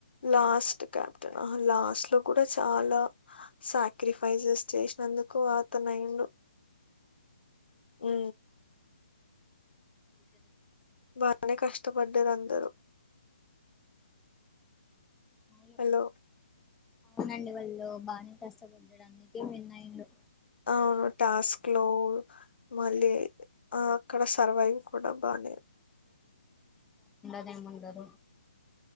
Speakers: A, on the left; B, in the centre.
A: లాస్ట్ క్యాప్టెన్హ లాస్ట్ లో కూడా చాలా సాక్రిఫైసెస్ చేసినందుకు అత నైండ్ అ
B: ఇద
A: బానే కష్టపడ్డారు అందరూ
B: అవును
A: హలో
B: అవునండి వాళ్ళు బానే కష్టపడ్డాడు అందుకే విన్న ఇలు
A: అవును టాస్క్ లో మళ్ళీ ఆ అక్కడ సర్వైవ్ కూడా బాగానే
B: నమందారు